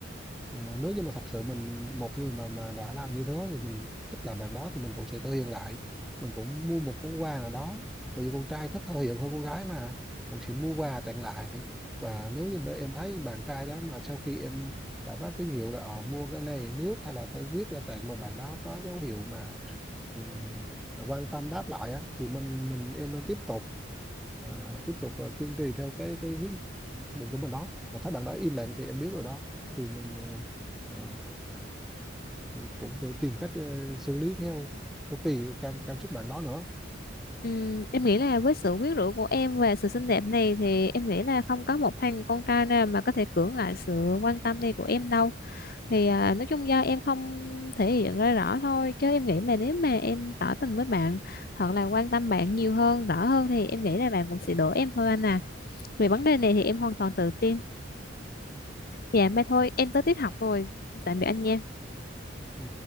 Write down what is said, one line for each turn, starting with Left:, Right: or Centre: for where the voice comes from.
Centre: à, nếu như mà thật sự mình một người mà mà đã làm như thế thì mình thích làm bạn đó thì mình cũng sẽ thể hiện lại mình cũng mua một món quà nào đó tại vì con trai thích thể hiện hơn con gái mà cũng sẽ mua quà tặng lại và nếu như mà em thấy bạn trai đó mà sau khi em đã phát tín hiệu là ờ, mua cái này nước hay là cái viết ra tặng mà bạn đó có dấu hiệu mà ừ, mà quan tâm đáp lại á thì mình mình em nên tiếp tục à, tiếp tục à, kiên trì theo cái cái quyết định của mình đó mà thấy bạn đó im lặng thì em biết rồi đó thì mình à, à, cũng tự tìm cách ờ, xử lý theo theo tùy cảm cảm xúc bạn đó nữa
Left: Ừ, em nghĩ là với sự quyến rũ của em và sự xinh đẹp này thì em nghĩ là không có một thằng con trai nào mà có thể cưỡng lại sự quan tâm này của em đâu. Thì à, nói chung do em không thể hiện ra rõ thôi chứ em nghĩ mà nếu mà em tỏ tình với bạn hoặc là quan tâm bạn nhiều hơn, rõ hơn thì em nghĩ là bạn cũng sẽ đổ em thôi anh à. về vấn đề này thì em hoàn toàn tự tin dạ mai thôi em tới tiết học rồi tạm biệt anh nha
Centre: ừ.